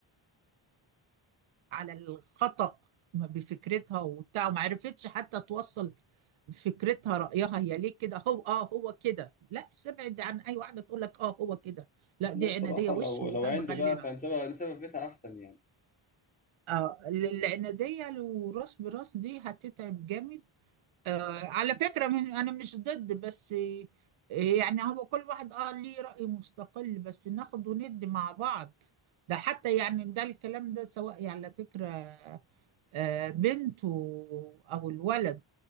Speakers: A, on the right; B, on the left.
A: على الخطأ ما بفكرتها وبتاع وما عرفتش حتى توصل فكرتها رأيها هي ليه كده هو اه هو كده لا سبعد عن اي واحدة تقول لك اه هو كده لا
B: لا
A: دي
B: بصراحه
A: عنادية وش
B: لو
A: وهتغلبك
B: لو عندي بقى فنسيبها نسيبها في بيتها احسن يعني
A: اه العنادية لو راس براس دي هتتعب جامد آه على فكرة من انا مش ضد بس آه، يعني هو كل واحد اه ليه رأي مستقل بس ناخد وند مع بعض ده حتى يعني ده الكلام ده سواء يعني على فكرة آه، بنته او الولد